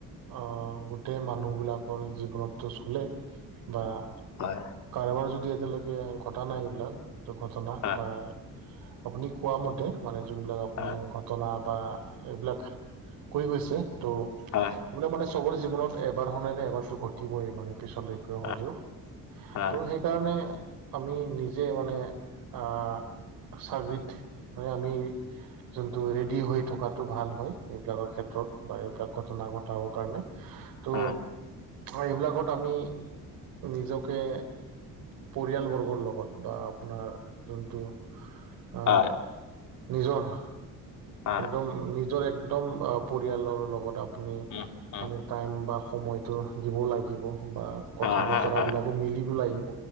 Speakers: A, on the right (about 70°); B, on the left (about 55°).
A: আহ গোটেই মানুহবিলাকৰ জীৱনতটো চলে বা-
B: হয়।
A: কাৰোবাৰ যদি এতিয়ালৈকে ঘটা নাই এইবিলাক ঘটনা
B: হয়
A: বা- আপুনি কোৱা মতে মানে যোনবিলাক আপুনি
B: হয়
A: ঘটনা- বা এইবিলাক, কৰি গৈছে ত'
B: হয়
A: এইবিলাক মানে চবৰে জীৱনত। তই এবাৰ শুনানে এবাৰতো ঘটিবই মানে পিছলৈকে
B: হয়
A: হ'লেও।
B: হয়
A: ত' সেইকাৰণে আমি নিজে মানে আ চাকৰিত মানে আমি যোনটো ৰেডি হৈ থকাটো ভাল হয় এইবিলাকৰ ক্ষেত্ৰত। বা এইবিলাক ঘটনা ঘটাবৰ কাৰণে ত'
B: হয়
A: হয় এইবিলাকত আমি নিজকে পৰিয়ালবৰ্গৰ লগত বা আপোনাৰ যোনটো আ
B: হায়।
A: নিজৰ
B: হয়
A: একদম নিজৰ একদম আ পৰিয়ালৰ লগত আপুনি
B: উম উম
A: মানে টাইম বা সময়টো দিব লাগিব বা কথা
B: হয়
A: বতৰাবিলাকো
B: হয় হয়
A: মিলিব লাগিব